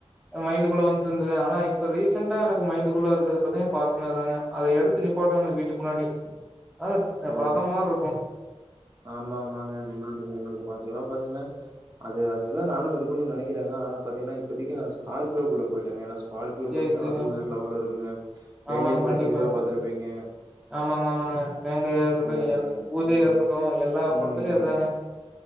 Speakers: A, in the centre; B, on the right.
A: மைண்டுக்குள்ள வந்துட்டு இருந்தது ஆனா இப்ப ரீசெண்டா எனக்கு மைண்டுக்குள்ள இருக்கறது பாத்திங் ஃபாச்சுன்னுலா தாங்க அதை எடுத்து நிப்பாட்டனும் வீட்டுக்கு முன்னாடி ஆ
B: ஓ!
A: ரதம் மாரி இருக்கும்
B: ஆமா ஆமாங்க நல்லா இருக்கும் நல்லா இருக்கும் அதல்லாம் பாத்தீங்கன்னா அது அதுதான் நானும் எடுக்கணும் நினாக்கிறங்க ஆனா பாத்தீங்கன்னா இப்பத்திக்கு நா ஸ்கார்பியோகுள்ள போயிட்டங்க நா கார்பியோ
A: சேரி
B: பாத்தீங்கன்னா
A: சேரிங்க
B: அதுவும் வேற லெவல்ல இருக்குங்க வேங்கை
A: ஆமாங்க
B: படத்துலல்லாம்
A: கண்டிப்பாங்க
B: பாத்துருப்பீங்க
A: ஆமாங்க ஆமாங்க வேங்கையா இருக்கட்டும்
B: எனக்கு.
A: எ பூஜையா
B: ம்.
A: இருக்கட்டும் எல்லா
B: ம்.
A: படத்துலயும் அதாங்க